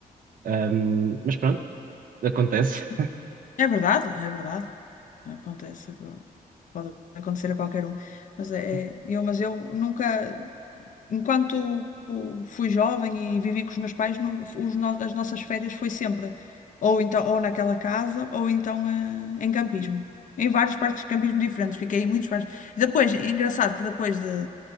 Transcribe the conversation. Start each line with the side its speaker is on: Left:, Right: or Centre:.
Right: Um, mas pronto, acontece.
Left: sim. É verdade, é verdade. Acontece, agora. pode acontecer a qualquer um. Mas é,
Right: Sim,
Left: é- eu, mas eu nunca. enquanto fui jovem e vivi com os meus pais, não- os no- as nossas férias foi sempre ou então ou naquela casa ou então eh, em campismo. Em vários parques de campismo diferentes, fiquei em muitos parques. Depois, é engraçado que depois de